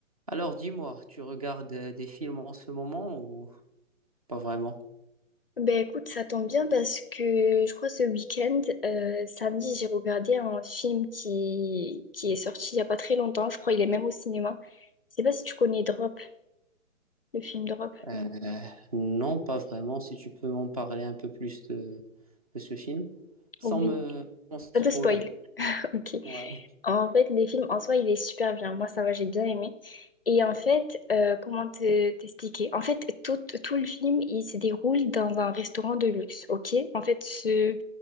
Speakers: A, on the right; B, on the left.
A: Alors, dis-moi, tu regardes euh, des films en ce moment ou pas vraiment?
B: Ben écoute, ça tombe bien parce que je crois ce week-end, euh, samedi, j'ai regardé un film qui, qui est sorti il n'y a pas très longtemps. Je crois il est même au cinéma. Je sais pas si tu connais Drop, le film Drop.
A: Euh, non, pas vraiment. Si tu peux m'en parler un peu plus de, de ce film, sans
B: Oui.
A: me sans spoiler.
B: Un peu spoil. <laughs> Ok.
A: Ouais. <laughs>
B: En fait, les films en soi, il est super bien. Moi, ça va, j'ai bien aimé. Et en fait, euh, comment te- t'expliquer? En fait, tout, tout le film, il se déroule dans un restaurant de luxe. Ok? En fait, ce